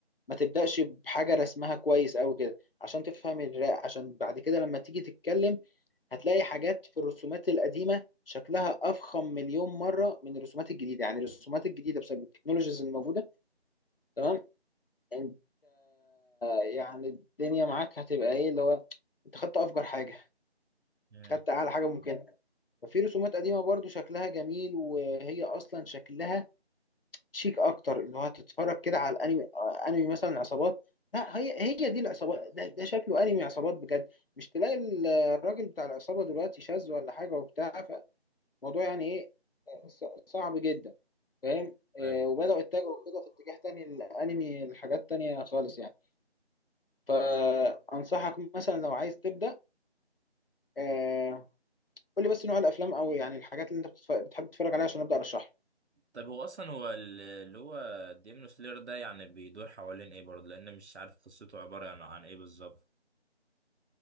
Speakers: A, on the left (about 60°); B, on the right (about 85°).
A: ما تبدأش بحاجة رسمها كويس أوي كده عشان تفهم الرق عشان بعد كده لما تيجي تتكلم هتلاقي حاجات في الرسومات القديمة شكلها أفخم مليون مرة من الرسومات الجديدة يعني الرسومات الجديدة بسبب التكنولوجيز اللي موجودة تمام أنت يعني الدنيا معاك هتبقى إيه اللي هو أنت خدت أفجر حاجة
B: مم.
A: خدت أعلى حاجة ممكنة ففي رسومات قديمة برضو شكلها جميل وهي أصلا شكلها شيك اكتر اللي هو هتتفرج كده على الانمي آه، انمي مثلا عصابات لا هي هي دي العصابات ده, ده شكله انمي عصابات بجد مش تلاقي ال- الراجل بتاع العصابه دلوقتي شاذ ولا حاجه وبتاع فالموضوع يعني ايه آه، ص- صعب جدا فاهم آه،
B: ايوه
A: وبداوا يتجهوا كده في اتجاه تاني الانمي لحاجات تانية خالص يعني فانصحك مثلا لو عايز تبدا آه، قول لي بس نوع الافلام او يعني الحاجات اللي انت بتتف- بتحب تتفرج عليها عشان ابدا ارشحها
B: طيب هو اصلا هو ال- اللي هو ديمون سلير ده يعني بيدور حوالين ايه برضه لان مش عارف قصته عبارة عن, عن ايه بالظبط